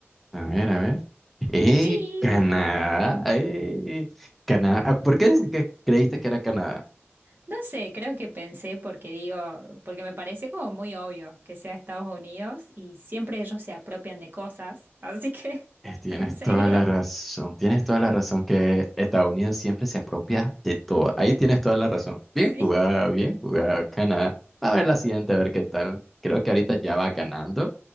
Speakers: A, in the centre; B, on the right (about 45°).
A: A ver, a ver. ¡Eh,
B: Sí.
A: Canadá! ¡Eh, Canadá! Ah, ¿Por qué dice que creíste que era Canadá?
B: No sé, creo que pensé porque digo, porque me parece como muy obvio que sea Estados Unidos y siempre ellos se apropian de cosas. Así que
A: Eh,
B: <laughs>
A: Tienes
B: pensé,
A: toda
B: digo,
A: la razón, tienes toda la
B: en-
A: razón que Estados Unidos siempre se apropia de todo. Ahí tienes toda la razón.
B: sí,
A: Bien jugado, bien jugado, Canadá. a ver la siguiente, a ver qué tal. Creo que ahorita ya va ganando.